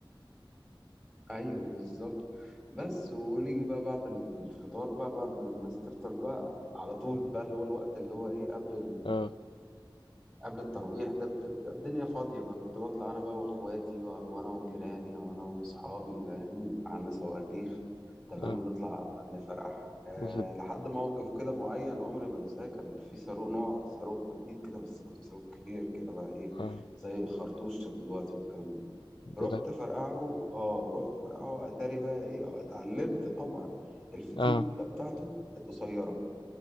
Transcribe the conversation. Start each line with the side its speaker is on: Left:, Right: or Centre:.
Centre: ايوه بالظبط بس ونيجي بقى بعد الفطار بقى بعد ما الناس تفطر بقى على طول بقى اللي هو الوقت اللي هو ايه قبل
Left: اه
Centre: قبل الترويح ده بتبقى الدنيا فاضية بقى كنت بطلع أنا بقى وإخواتي و- وأنا وجيراني وأنا وأصحابي فاهمني بيبقى عندنا صواريخ تمام
Left: آه
Centre: ونطلع نفرح أه
Left: وسط
Centre: لحد موقف كده معين عمري ما أنساه كان في صاروخ نوع صاروخ جديد كده بس كان صاروخ كبير كده بقى إيه
Left: اه
Centre: زي الخرطوشة دلوقتي والكلام ده
Left: يا
Centre: رحت
Left: لهوي
Centre: فرقعه آه رحت فرقعه أتاري بقى إيه اتعلمت طبعا الفتيلة
Left: اه
Centre: بتاعته كانت قصيرة